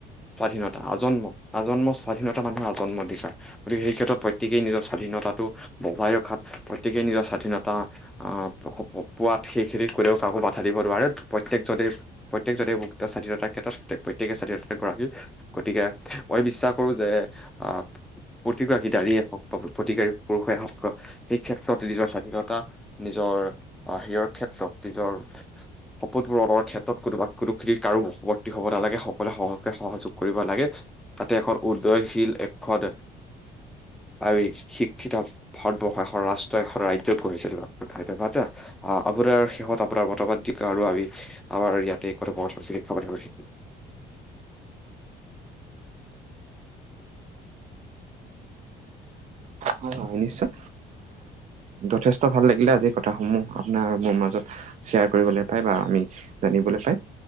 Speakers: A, in the centre; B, on the right (about 45°).
A: স্বাধীনতা আজন্ম, আজন্ম স্বাধীনতা মানুহৰ আজন্ম অধিকাৰ। গতিকে সেইক্ষেত্ৰত প্ৰত্যেকেই নিজৰ স্বাধীনতাটো বজাই ৰখাত প্ৰত্যেকেই নিজৰ স্বাধীনতা আহ পোৱাত সেইখিনি কৰেও কাকো বাধা দিব নোৱাৰে, প্ৰত্যেকজনেই প্ৰত্যেকজনে মুক্ত স্বাধীনতাৰ ক্ষেত্ৰত প্ৰত্যেকে স্বাধীনতাৰগৰাকী, গতিকে মই বিশ্বাস কৰো যে, আহ প্ৰতিগৰাকী নাৰীয়ে হওক বা প্ৰতিকাৰী পুৰুষে হওক সেইক্ষেত্ৰত নিজৰ স্বাধীনতা নিজৰ হেয়ৰ ক্ষেত্ৰত নিজৰ শপতবোৰৰ ক্ষেত্ৰত কোনোবা কোনোখ কাৰোৰ। হ'ব নালাগে সকলোৱে সহে-সহযোগ কৰিব লাগে। তাতে এখন উদয়নশীল এখন, আমি শিক্ষিত ভাৰতবৰ্ষ এখন ৰাষ্ট্ৰ, এখন ৰাজ্য গঢ়িছিলো। ধন্যবাদ। আহ আপোনাৰ শেহত আপোনাৰ মতামত দি আৰু আমি আমাৰ ইয়াতে কথোপকথনখিনি
B: হয় হয় নিশ্চয়। যথেষ্ট ভাল লাগিলে আজি কথাসমূহ আপোনাৰ-মোৰ মাজত শ্বেয়াৰ কৰিবলৈ পাই বা আমি জানিবলৈ পাই।